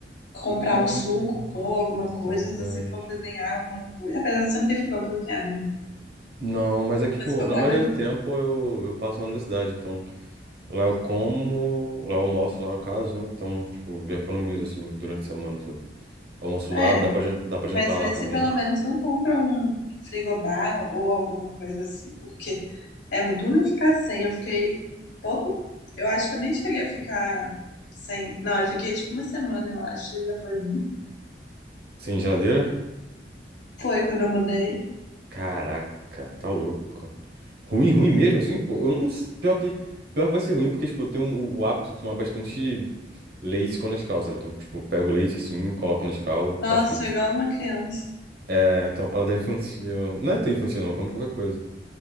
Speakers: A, on the left (about 85°); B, on the right (about 60°).
A: comprar
B: Hum,
A: um suco, pôr alguma
B: isso
A: coisa,
B: é verdade.
A: se você for cozinhar alguma coisa. Apesar de você não ter fogão pra cozinhar, né?
B: Não, mas é que, tipo,
A: Mas se você comprar,
B: na maioria
A: mas...
B: do tempo eu, eu passo na universidade, então lá eu como, lá eu almoço lá no caso, né? Então, tipo, já economizo assim durante a semana, sabe? Almoço lá,
A: É.
B: dá pra, jan- dá pra jantar
A: Mas
B: lá
A: vê
B: também.
A: se pelo menos não compra um frigobar ou alguma coisa assim, porque é muito ruim ficar sem. Eu fiquei pouco. Eu acho que eu nem cheguei a ficar sem. Não, eu fiquei tipo uma semana, eu acho, e já foi ruim.
B: Sem geladeira?
A: Foi quando eu mudei.
B: Caraca, tá louco. Ruim, ruim mesmo assim, pô. Eu não sei- Pior que, pior que vai ser ruim, porque, tipo, eu tenho o, o hábito de tomar bastante. Leite com Nescau, sabe? Então, tipo, pego o leite assim, coloco no Nescau,
A: Nossa,
B: tá feito.
A: igual uma criança.
B: É, tem uma paladar infantil. Não é tão infantil, não, como qualquer coisa.